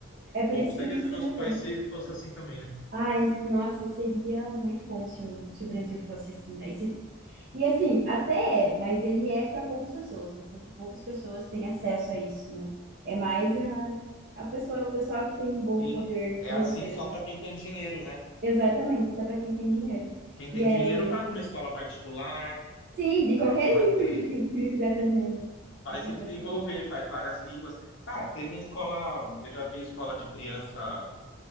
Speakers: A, on the right; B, on the left.
A: É por
B: Bom
A: isso
B: seria
A: que o ensino
B: se o nosso
A: é bom.
B: país se- fosse assim também, né?
A: Ai, nossa, seria muito bom se o, se o Brasil fosse assim, né? E, se- e assim, até é, mas ele é para poucas pessoas, né? Porque poucas pessoas têm acesso a isso, né? É mais a, a pessoa, o pessoal que tem um bom
B: Sim,
A: poder
B: é
A: financeiro,
B: assim só
A: né?
B: para quem tem dinheiro, né?
A: Exatamente, isso é para quem tem dinheiro.
B: Quem tem
A: E aí,
B: dinheiro paga uma escola particular,
A: sim, de
B: né?
A: qualquer
B: Não
A: língua
B: vai ter,
A: que, que o filho quiser aprender, né?
B: vai
A: Qualquer
B: se desenvolver,
A: pessoa.
B: faz várias línguas. Ah, tem escola, eu já vi escola de criança,